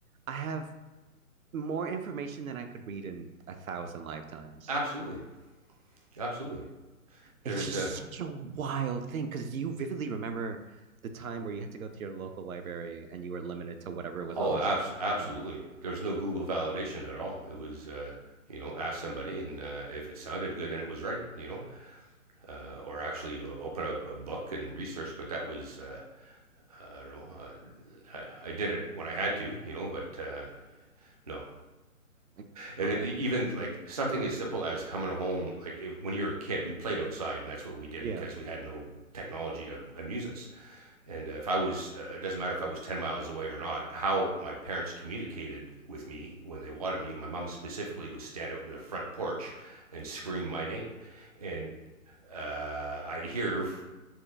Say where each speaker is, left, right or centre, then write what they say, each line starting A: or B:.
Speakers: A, on the right (about 70°); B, on the right (about 30°).
A: I have more information than I could read in a thousand lifetimes.
B: Absolutely, absolutely. There's
A: It's just
B: a
A: such a wild thing because you vividly remember the time where you had to go to your local library and you were limited to whatever was
B: Oh,
A: on the
B: abs-
A: shelf.
B: absolutely.
A: So,
B: There's no Google validation at all. It was, uh, you know, ask somebody, and uh, if it sounded good, then it was right, you know, uh, or actually uh, open up a book and research. But that was, uh, I don't know, uh, I, I did it when I had to, you know, but uh, no.
A: my God.
B: And it, even like something as simple as coming home, like if, when you're a kid, we played outside, and that's what we did
A: Yeah.
B: because we had no technology to amuse us. And uh, if I was, uh, it doesn't matter if I was 10 miles away or not, how my parents communicated with me when they wanted me, my mom specifically would stand out in the front porch and scream my name. And uh, I'd hear f-